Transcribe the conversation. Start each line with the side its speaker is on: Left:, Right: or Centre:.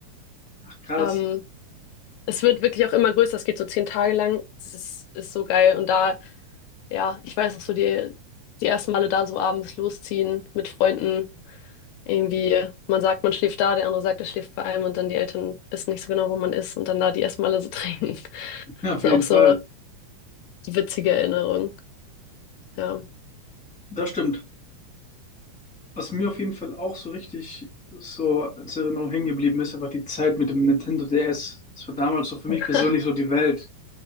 Centre: Ach, krass.
Left: ähm, es wird wirklich auch immer größer. Es geht so zehn Tage lang. Das ist, ist so geil. Und da, ja, ich weiß noch so, die, die ersten Male da so abends losziehen mit Freunden. Irgendwie, man sagt, man schläft da, der andere sagt, er schläft bei einem und dann die Eltern wissen nicht so genau, wo man ist und dann da die ersten Male so trinken. <laughs>
Centre: <laughs> Auf
Left: Das
Centre: jeden
Left: sind auch so
Centre: Fall.
Left: witzige Erinnerungen. Ja.
Centre: Das stimmt. Was mir auf jeden Fall auch so richtig so als Erinnerung hängen geblieben ist, einfach die Zeit mit dem Nintendo DS. Das war damals so für mich
Left: <laughs>
Centre: persönlich so die Welt.